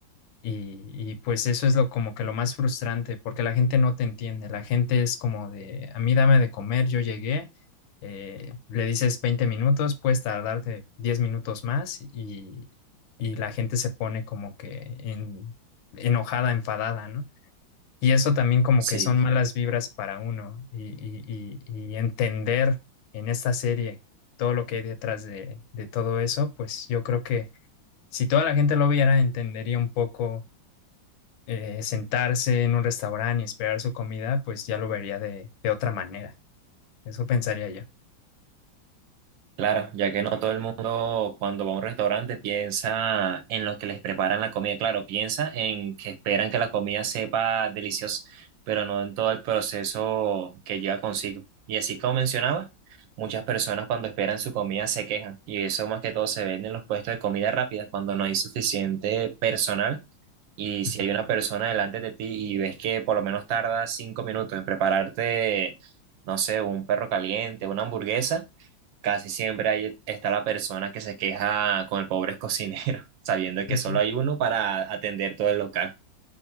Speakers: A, on the left (about 80°); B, on the right (about 75°).
A: y, y pues eso es lo como que lo más frustrante, porque la gente no te entiende, la gente es como de, a mí dame de comer, yo llegué, eh, le dices 20 minutos, puedes tardarte 10 minutos más y, y la gente se pone como que en- enojada, enfadada, ¿no? Y eso también como
B: Sí.
A: que son malas vibras para uno y, y, y, y entender en esta serie todo lo que hay detrás de, de todo eso, pues yo creo que si toda la gente lo viera, entendería un poco eh, sentarse en un restaurante y esperar su comida, pues ya lo vería de, de otra manera. Eso pensaría yo.
B: Claro, ya que no todo el mundo cuando va a un restaurante piensa en lo que les preparan la comida, claro, piensa en que esperan que la comida sepa deliciosa, pero no en todo el proceso que lleva consigo. Y así como mencionaba, muchas personas cuando esperan su comida se quejan y eso más que todo se ve en los puestos de comida rápida cuando no hay suficiente personal y si
A: Ujú.
B: hay una persona delante de ti y ves que por lo menos tarda cinco minutos en prepararte, no sé, un perro caliente, una hamburguesa. Casi siempre ahí está la persona que se queja con el pobre cocinero, <laughs> sabiendo
A: Ujú.
B: que solo hay uno para atender todo el local.